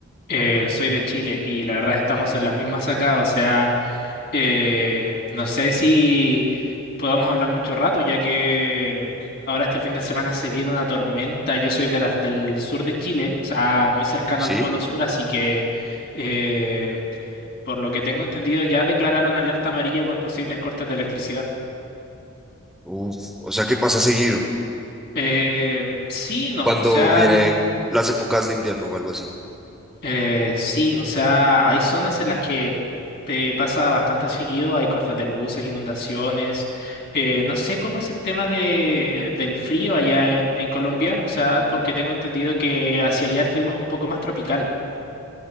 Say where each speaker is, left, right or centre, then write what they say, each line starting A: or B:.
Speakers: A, on the left; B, in the centre.
A: Eh, soy de Chile y la verdad estamos en las mismas acá, o sea, eh, no sé si podamos hablar mucho rato, ya que ahora este fin de semana se viene una tormenta. Yo soy de la- del sur de Chile, o sea, muy cercano
B: ¿sí?
A: al Polo Sur, así que eh, por lo que tengo entendido ya declararon alerta amarilla por posibles cortes de electricidad.
B: Uf, o sea, ¿qué pasa seguido?
A: Eh, sí, no,
B: cuando
A: o sea...
B: viene las épocas de invierno o algo así.
A: Eh, sí, o sea, hay zonas en las que eh, pasa bastante seguido, hay cortes de luces, inundaciones. Eh, no sé cómo es el tema de, del frío allá en, en Colombia, o sea, porque tengo entendido que hacia allá el clima es un poco más tropical.